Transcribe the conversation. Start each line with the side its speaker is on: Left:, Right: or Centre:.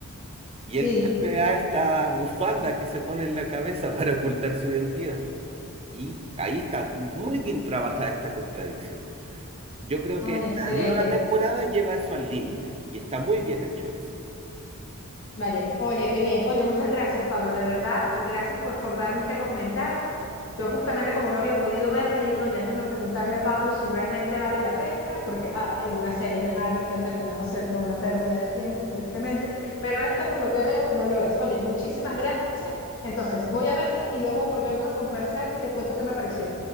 Right: y
Left: sí.
Right: él vuelve a esta bufanda que se pone en la cabeza <laughs> para ocultar su identidad. Y ahí está muy bien trabajada esta contradicción. Yo creo
Left: Ay,
Right: que
Left: excelente.
Right: la nueva temporada lleva eso al límite y está muy bien hecho eso.
Left: Vaya, oye, qué bien. Oye, muchas gracias, Pablo. De verdad, gracias por, por darme este comentario. Yo justamente como no había podido verla, dije, oye, déjame preguntarle a Pablo si realmente vale la pena, porque hay algunas series de Marvel que han terminado siendo una pérdida de tiempo, tristemente, pero esta por lo que veo no lo es. Oye, muchísimas gracias. Entonces, voy a verla y luego volvemos a conversar y te cuento qué me pareció.